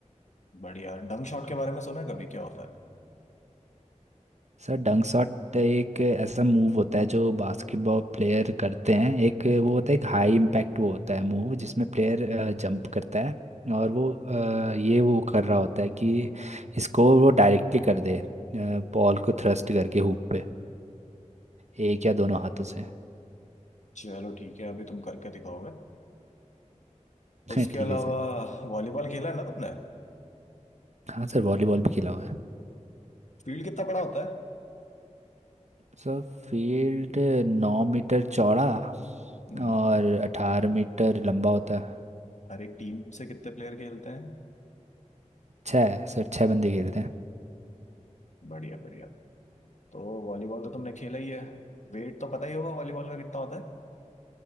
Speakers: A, on the left; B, on the right.
A: बढ़िया डंक शॉट के बारे में सुना है कभी क्या होता है
B: Sir dunk shot एक ऐसा मूव होता है जो बास्केटबॉल प्लेयर करते हैं एक वो होता है एक हाई इम्पैक्ट वो होता है मूव जिसमें प्लेयर जंप करता है और वो अ, ये वो कर रहा होता है कि इसको वो डायरेक्टली कर दे बॉल को थ्रस्ट करके हुप पे एक या दोनों हाथों से
A: चलो ठीक है अभी तुम करके दिखाओगे
B: <laughs>
A: उसके
B: ठीक
A: अलावा
B: है सर
A: वॉलीबॉल खेला है ना तुमने
B: हाँ सर वॉलीबॉल भी खेला हुआ है
A: फील्ड कितना बड़ा होता है
B: सर फील्ड नौ मीटर चौड़ा
A: हम्म
B: और अठारह मीटर लंबा होता है
A: हर एक टीम से कितने प्लेयर खेलते हैं
B: छः सर छः बंदे खेलते हैं
A: बढ़िया बढ़िया तो वॉलीबॉल तो तुमने खेला ही है वेट तो पता ही होगा वॉलीबॉल का कितना होता है